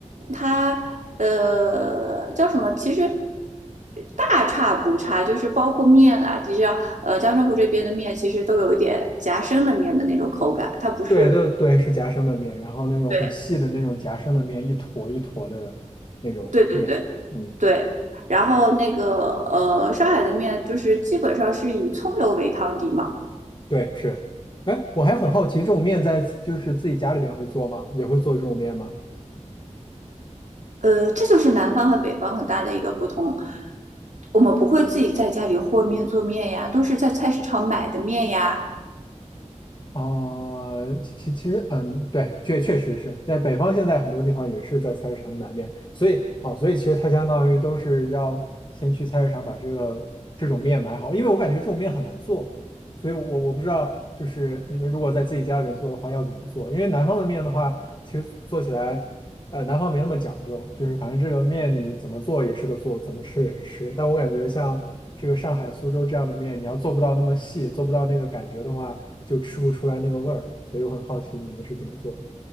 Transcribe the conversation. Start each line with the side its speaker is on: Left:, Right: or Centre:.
Right: 它呃叫什么？其实大差不差，就是包括面啊，其实呃江浙沪这边的面其实都有一点夹生的面的那种口感，它不是
Left: 对对对，是夹生的面，然后那种很细的那种夹生的面，
Right: 对
Left: 一坨一坨的那种面。
Right: 对对对
Left: 嗯，
Right: 对。然后那个呃上海的面就是基本上是以葱油为汤底嘛，
Left: 对，是。哎，我还很好奇，这种面在就是自己家里边会做吗？也会做这种面吗？
Right: 呃这就是南方和北方很大的一个不同。我们不会自己在家里和面做面呀，都是在菜市场买的面呀。
Left: 啊、其其其实，嗯，对，确确实是在北方，现在很多地方也是在菜市场里买面，所以啊、所以其实它相当于都是要先去菜市场把这个这种面买好，因为我感觉这种面很难做，所以我我不知道，就是你们如果在自己家里面做的话要怎么做，因为南方的面的话，其实做起来，呃，南方没那么讲究，就是反正这个面你怎么做也是个做，怎么吃也是吃，但我感觉像这个上海、苏州这样的面，你要做不到那么细，做不到那个感觉的话。就吃不出来那个味儿，所以我很好奇你们是怎么做的。